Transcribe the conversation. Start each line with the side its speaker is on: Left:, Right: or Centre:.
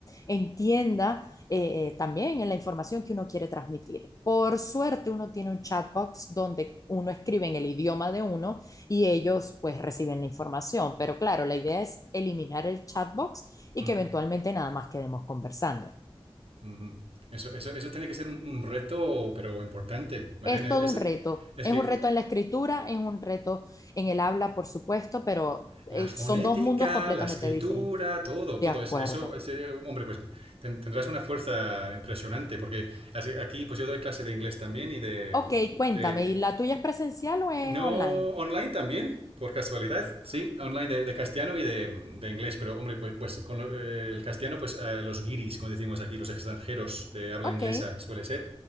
Left: entienda eh, eh, también en la información que uno quiere transmitir. Por suerte, uno tiene un chatbox donde uno escribe en el idioma de uno y ellos pues reciben la información. Pero claro, la idea es eliminar el chatbox y
Right: Mm,
Left: que eventualmente nada más quedemos conversando.
Right: mhm. Eso, eso, eso tiene que ser un, un reto, pero importante, Mariana.
Left: Es todo
Right: Es,
Left: un reto,
Right: es
Left: es
Right: que
Left: un reto en la escritura, es un reto en el habla, por supuesto, pero eh,
Right: la fonética,
Left: son dos mundos completamente
Right: la escritura,
Left: diferentes.
Right: todo,
Left: De
Right: todo.
Left: acuerdo.
Right: Es- Eso, es, eh, hombre, pues ten- tendrás una fuerza impresionante, porque así- aquí pues yo doy clase de inglés también y de,
Left: Ok, cuéntame,
Right: de
Left: ¿y la tuya es presencial o es
Right: No,
Left: online?
Right: online también, por casualidad, sí, online de, de castellano y de, de inglés, pero hombre, pues, pues con lo- eh, el castellano, pues eh, los guiris, como decimos aquí, los extranjeros de habla
Left: Ok.
Right: inglesa suele ser,